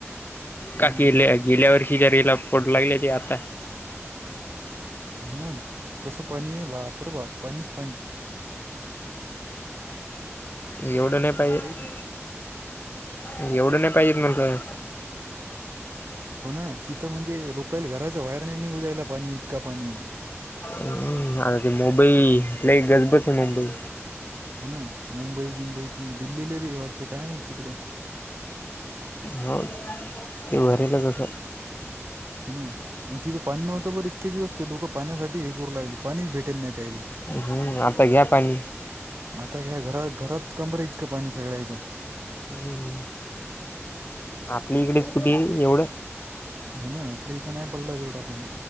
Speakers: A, on the right; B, on the left.
A: हम्म
B: का केल्या गेल्या वर्षी ज रेला पोड लागले ते आता.
A: हो ना, कसं पाणी ये बापरे! बाप पाणीच पाणी.
B: एवढ नाही पाहिजे
A: लय चिक
B: एवढं नाही पाहिजेत म्हणताय
A: हो ना तिथं म्हणजे लोकाले घराच्या बाहेर नाही निघु द्यायला पाणी इतका पाणी.
B: हम् आ ते मुंबई लय गजबज मुंबई.
A: हो ना मुंबई बुंबई, दिल्लीला बी हे वाटते काय माहित तिकडे.
B: हो ते भरेलं कसं
A: हो ना आणि तिचं पाणी नव्हतं बर इतके दिवस ते लोक पाण्यासाठी हे करू लागले पाणी भेटत नाही त्यायले.
B: हम्म आता घ्या पाणी.
A: आता घ्या घरात घरात कमर इतका पाणी सगळयाचा
B: ह आपली इकडेच कुठे एवढं.
A: हो ना आपल्या इथं नाही पडला तेवढा पाणी